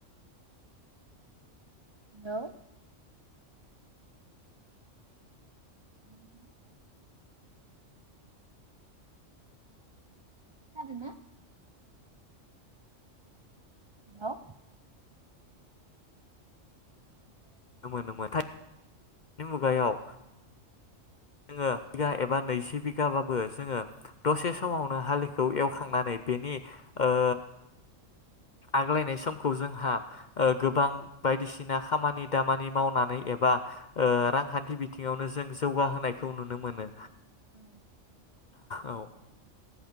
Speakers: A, on the right; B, on the left.
A: हेलौ। औ नोंथां। खोनादोंना? हेलौ।
B: नुनो मोनोमोनथाय नि मुगायाव जोङो बिगा एबा नैजि बिघाबाबो जोङो दसे समावनो हालिखौ एवखांनानै बेनि ओ आग्लायनाय समखौ जोंहा ओ गोबां बायदिसिना खामानि दामानि मावनानै एबा ओ रांखान्थि बिथिङावनो जों जौगाहोनायखौ नुनो मोनो।
A: औ।
B: औ।